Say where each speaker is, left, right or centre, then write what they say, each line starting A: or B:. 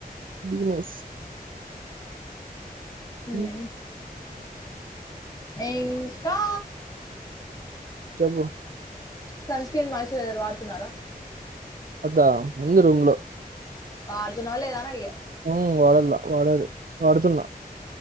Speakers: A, on the right; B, on the left.
A: బిజినెస్
B: మ్మ్
A: హ్మ్.
B: ఇంకా
A: చెప్పు
B: సన్స్క్రీన్ మాయిశ్చరైజర్ వాడుతున్నారా
A: అద్దా ఉంది రూంలో
B: వాడుతున్నవా లేద అని అడిగా
A: మ్ వాడల్లా వాడాలి వాడుతున్నా